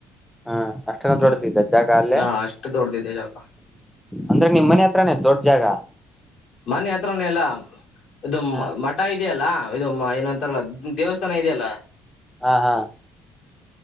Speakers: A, in the centre; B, on the left.
A: ಹಾ ಅಷ್ಟನ
B: ಹ್ಮ್
A: ದೋಡ್ತಿದ್ದ ಜಾಗ ಅಲ್ಲೇ
B: ಹಾ ಅಷ್ಟು ದೊಡ್ದಿದೆ ಜಾಗ
A: ಅಂದ್ರೆ ನಿಮ್ಮ್ ಮನೆ ಹತ್ರಾನೇ ದೊಡ್ ಜಾಗ
B: ಮನೆ ಹತ್ರವನ ಎಲ್ಲ ಇದು
A: ಹ
B: ಮಠ ಇದೆಯಲ್ಲಾ ಇದು ಮು ಏನೊ ಅಂತಾರಲ್ಲ ದೇವಸ್ಥಾನ ಇದೆಯಲ್ಲ
A: ಹಾ ಹಾ